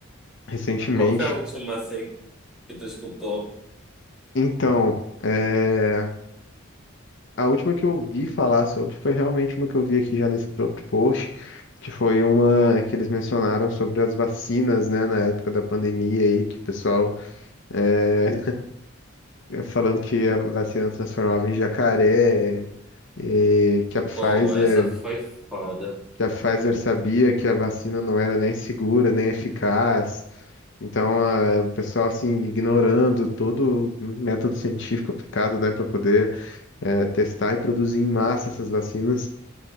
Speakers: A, on the left; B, in the centre.
A: recentemente.
B: <laughs> Qual foi a última assim que tu escutou?
A: Então, é, a última que eu vi falar sobre foi realmente uma que eu vi aqui já nesse próprio post, que foi uma que eles mencionaram sobre as vacinas, né, na época da pandemia aí, que o pessoal é, falando que a vacina transformava em jacaré, e que a Pfizer,
B: Pô, essa foi foda.
A: que a Pfizer sabia que a vacina não era nem segura, nem eficaz. Então, eh, o pessoal assim ignorando todo o método científico aplicado, né, para poder eh, testar e produzir em massa essas vacinas